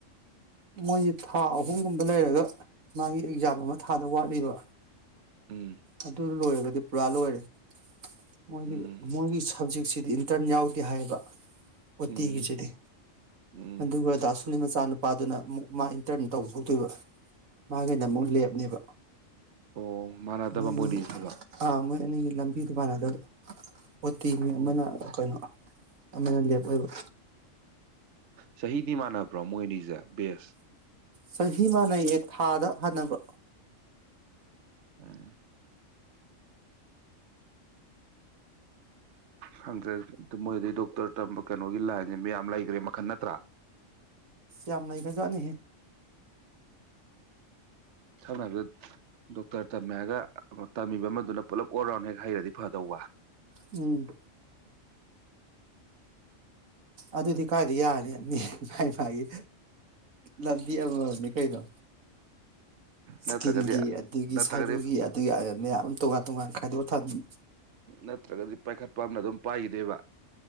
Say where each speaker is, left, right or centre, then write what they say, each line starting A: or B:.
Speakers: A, on the right (about 85°); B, on the right (about 65°).
A: ꯃꯣꯏꯁꯦ ꯊꯥ ꯑꯍꯨꯝꯒꯨꯝꯕ ꯂꯩꯔꯒ ꯃꯥꯒꯤ ꯑꯦꯛꯖꯥꯝ ꯑꯃ ꯊꯥꯗꯧ ꯋꯥꯠꯂꯤꯕ
B: ꯎꯝ
A: ꯑꯗꯨ ꯂꯣꯏꯔꯒꯗꯤ ꯄꯨꯔꯥ ꯂꯣꯏꯔꯦ ꯃꯣꯏꯒꯤ
B: ꯎꯝ
A: ꯃꯣꯏꯒꯤ ꯁꯕꯖꯦꯛ ꯁꯤꯗꯤ ꯏꯟꯇꯔꯟ ꯌꯥꯎꯗꯦ ꯍꯥꯏꯌꯦꯕ ꯑꯣꯠꯇꯤꯒꯤꯖꯤꯗꯤ
B: ꯎꯝ ꯎꯝ
A: ꯑꯗꯨꯒ ꯗꯥꯁꯨꯅꯤ ꯃꯆꯥ ꯃꯆꯥ ꯅꯨꯨꯄꯥꯗꯨꯅ ꯑꯃꯨꯛ ꯃꯥ ꯏꯟꯇꯔꯟ ꯇꯧꯍꯧꯗꯣꯏꯕ ꯃꯥꯒꯤꯅ ꯑꯃꯨꯛ ꯂꯦꯞꯅꯦꯕ
B: ꯑꯣ ꯃꯥꯟꯅꯗꯕ
A: ꯃꯣꯏ
B: ꯃꯣꯏꯅꯤꯁꯦ ꯊꯕꯛ
A: ꯑꯥ ꯃꯣꯏ ꯑꯅꯤꯒꯤ ꯂꯝ ꯑꯗꯨ ꯃꯥꯟꯅꯗꯕ ꯑꯣ ꯇꯤ ꯅꯤ
B: ꯑꯣ
A: ꯑꯃꯅ ꯀꯩꯅꯣ ꯑꯃꯅ ꯂꯦꯞ ꯑꯣꯏꯕ
B: ꯆꯍꯤ ꯃꯥꯟꯅꯕ꯭ꯔꯣ ꯃꯣꯏ ꯅꯤꯖꯦ ꯕꯦꯖ
A: ꯆꯍꯤ ꯃꯥꯟꯅꯩꯌꯦ ꯊꯥꯗ ꯍꯟꯅꯕ
B: ꯎꯝ ꯈꯪꯗ꯭ꯔꯦꯗ ꯑꯗꯨ ꯃꯣꯏꯗꯤꯗꯣꯛꯇꯔ ꯇꯝꯕ ꯀꯩꯅꯣꯒꯤ ꯂꯥꯏꯟꯅꯦꯕ ꯃꯌꯥꯝ ꯂꯩꯈ꯭ꯔꯦꯕ ꯃꯈꯟ ꯅꯠꯇ꯭ꯔꯥ
A: ꯌꯥꯝ ꯂꯩꯒꯖꯥꯠꯅꯤꯍꯦ
B: ꯁꯝꯅ ꯍꯥꯏꯕꯗ ꯗꯣꯛꯇꯔ ꯇꯝꯃꯦ ꯍꯥꯏꯒ ꯇꯝꯃꯤꯕ ꯑꯃꯗꯨꯅ ꯄꯨꯂꯞ ꯑꯣꯜ ꯔꯥꯎꯟ ꯍꯦꯛ ꯍꯩꯔꯗꯤ ꯐꯗꯧꯕ
A: ꯎꯝ ꯑꯗꯨꯗꯤ ꯀꯥꯏꯗꯩ ꯌꯥꯔꯅꯤ ꯃꯤ ꯃꯥꯏ ꯃꯥꯒꯤ ꯂꯝꯕꯤ ꯑꯃ ꯃꯝꯅꯤ ꯀꯩꯅꯣ ꯁ꯭ꯀꯤꯟꯒꯤ
B: ꯅꯠꯇ꯭ꯔꯒꯗꯤ
A: ꯑꯗꯨꯒꯤ
B: ꯅꯠꯇ꯭ꯔꯒꯗꯤ
A: ꯁꯔꯨꯒꯤ ꯑꯗꯨꯒꯤ ꯃꯌꯥꯝ ꯑꯃ ꯇꯣꯉꯥꯟ ꯇꯣꯉꯥꯟ ꯈꯥꯏꯗꯣꯛꯑ ꯊꯝꯃꯤ
B: ꯅꯠꯇ꯭ꯔꯒꯗꯤ ꯄꯥꯏꯈꯠꯄ ꯑꯃꯅ ꯑꯗꯨꯝ ꯄꯥꯏꯒꯤꯗꯣꯏꯕ